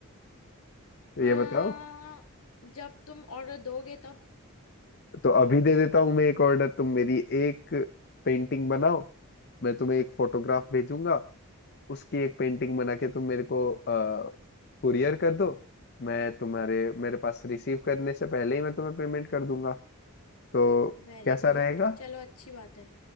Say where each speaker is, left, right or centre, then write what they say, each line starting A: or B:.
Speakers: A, on the left (about 45°); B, on the left (about 80°).
A: ये
B: आ,
A: बताओ
B: जब तुम ऑर्डर दोगे तब
A: तो अभी दे देता हूँ मैं एक ऑर्डर तुम मेरी एक पेंटिंग बनाओ मैं तुम्हें एक फोटोग्राफ भेजूंगा उसकी एक पेंटिंग बना के तुम मेरे को कुरियर कर दो मैं तुम्हारे मेरे पास रिसीव करने से पहले ही मैं तुम्हें पेमेंट कर दूंगा तो
B: वेरी
A: कैसा
B: गुड
A: रहेगा
B: चलो अच्छी बात है